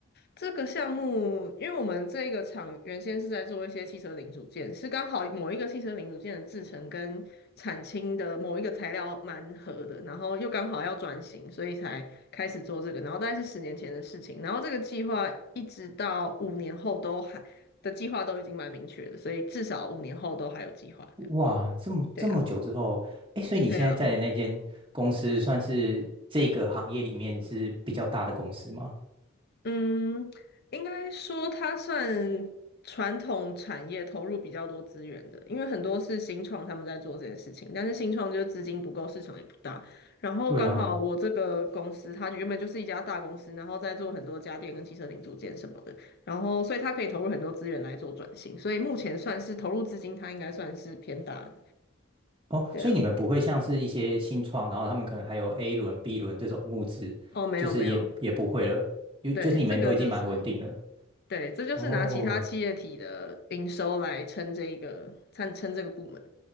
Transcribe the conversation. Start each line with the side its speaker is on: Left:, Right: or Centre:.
Left: 这个项目，因为我们这一个厂原先是在做一些汽车零组件，是刚好某一个汽车零组件的制成跟产氢的某一个材料蛮合的，然后又刚好要转型，所以才开始做这个。然后大概是十年前的事情，然后这个计划一直到五年后都还的计划都已经蛮明确的，所以至少五年后都还有计划这样。
Right: 哇，这么这么久之后，
Left: 对啊，
Right: 哎，所以你现在在的那间公司算是这个行业里面是比较大的公司吗？
Left: 对啊。嗯，应该说它算传统产业投入比较多资源的，因为很多是新创他们在做这件事情，但是新创就是资金不够，市场也不大。然后刚好我这个公司，
Right: 对啊，
Left: 它原本就是一家大公司，然后在做很多家电跟汽车零组件什么的，然后所以它可以投入很多资源来做转型，所以目前算是投入资金，它应该算是偏大的。
Right: 哦，
Left: 对啊，
Right: 所以你们不会像是一些新创，然后他们可能还有 A 轮、B 轮这种募资，
Left: 哦，没有没有，
Right: 就是也也不会了，就就是你们都已经蛮稳定了。
Left: 对，这个就是。对，这就是拿其他企业体的营收来撑这一个，
Right: 哦
Left: 撑撑这个部门。